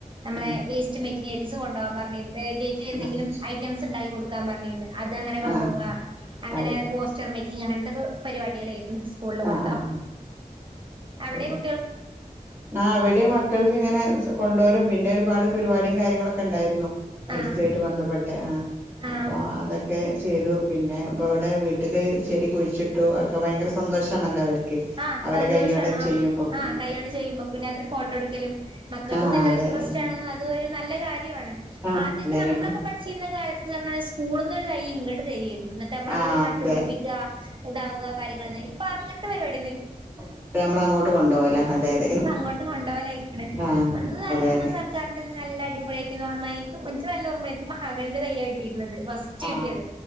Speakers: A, on the right (about 35°); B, on the right (about 15°).
A: നമ്മളെ
B: ഉം
A: വേസ്റ്റ് മറ്റി ൽസ് കൊണ്ട് പോവാൻ പറഞ്ഞ് എന്തെങ്കിലും
B: ആഹ്
A: ഐറ്റംസ് ഉണ്ടായി കൊടുക്കാൻ പറഞ്ഞന്ന് അത് അങ്ങനെ കൊണ്ടുപോവുക
B: ആഹ്
A: അങ്ങനെ
B: അതെ
A: പോസ്റ്റർ മേക്കിങ് അങ്ങനത്തെക്കെ പരിപാടികൾ ചെയ്യുന്നു സ്കൂളിൽ മൊത്തം
B: അതെ ആഹ് ആഹ്
A: എവിടെ
B: ശരി
A: കു
B: ആ അവിടെയും മക്കൾക്ക് ഇങ്ങനെ കൊണ്ട് വരും പിന്നെ ഒരുപാട് പരിപാടിയും കാര്യങ്ങളൊക്കെ ഉണ്ടായിരുന്നു പരിസ്ഥിയുമായിയിട്ട്
A: ആഹ്
B: ബന്ധപ്പെട്ടെ ആഹ
A: ആഹ്
B: അപ്പൊ അതൊക്കെ ചെയ്തു പിന്നെ ഇപ്പ ഇവിടെ വീട്ടില് ചെടി കുഴിച്ചിട്ടു ഒക്കെ ഭയങ്കര സന്തോഷമാണല്ലോ അവർക്ക്
A: ആഹ്
B: അവരെ
A: സന്തോഷാണ്
B: കൈ കൊണ്ടത്
A: ആഹ്
B: ചെയ്യുമ്പ
A: ആഹ് കൈകൊണ്ട്
B: ഉ
A: പിന്നെ അതൊരു ഫോട്ടോ എടുക്കലും മക്കൾക്ക്
B: ആ
A: നല്ല
B: അതെ
A: ഇന്ററസ്റ്റ്
B: അതെ ഉം
A: ആണ് അതൊരു നല്ല കാര്യം ആണ്
B: ആ
A: ആദ്യമൊക്കെ
B: അതന്നെ
A: നമ്മളൊക്കെ
B: ഇപ്പ
A: പഠിച്ചിരുന്ന കാലത്തെന്നു പറഞ്ഞാല് സ്കൂളിൽ നിന്ന് ഒരു തൈ ഇങ്ങോട്ട് തരികയായിരുന്നു എന്നിട്ട് നമ്മളത്
B: ആ അതെ
A: നട്ടുപിടിപ്പിക്കുക ഇതാകുക കാര്യങ്ങള് ഇപ്പൊ അങ്ങനത്തെ പരിപാടി
B: അ അപ്പ നമ്മള അങ്ങോട്ട് കൊണ്ടുപോവല്ല അതെ അതെ
A: അങ്ങോട്ട് കൊണ്ടപോലെയിക്കണല്ലേ
B: ആ
A: അന്ന് നല്ലോണം
B: അതെ അതെ
A: സർക്കാരിന്റെ നല്ല അടിപൊളിയായിട്ടും മറ്റ ന മകലിന്റെ തയ്യായിരുന്നു കിട്ടിയത് ഫസ്റ്റ്
B: ആ
A: കിട്ടിയത്